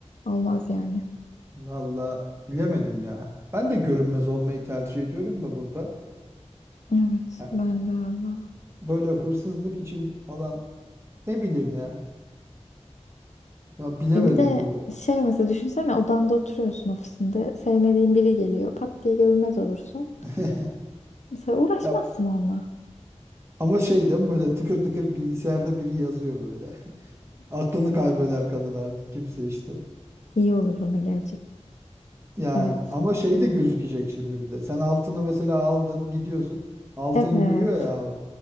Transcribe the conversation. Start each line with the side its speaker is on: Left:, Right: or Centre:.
Left: Olmaz yani.
Right: valla bilemedim ya. Ben de görünmez olmayı tercih ediyorum da burada.
Left: Evet,
Right: Yani
Left: ben de valla.
Right: böyle hırsızlık için falan ne bileyim ya. Ya bilemedim
Left: E bir de
Right: burada.
Left: şey mesela düşünsene odanda oturuyorsun ofisinde. Sevmediğin biri geliyor. Pat diye görünmez olursun.
Right: <laughs>
Left: Mesela uğraşmazsın
Right: Ya
Left: onunla.
Right: ama şey değil mi böyle tıkır tıkır bilgisayarda biri yazıyor böyle. <laughs> Aklını kaybeder kadın artık kimse işte.
Left: İyi olur ona gelecek.
Right: Yani
Left: Evet.
Right: ama şey de gözükecek şimdi bir de. Sen altını mesela aldın, gidiyorsun. Altın
Left: Evet.
Right: yürüyor ya hava.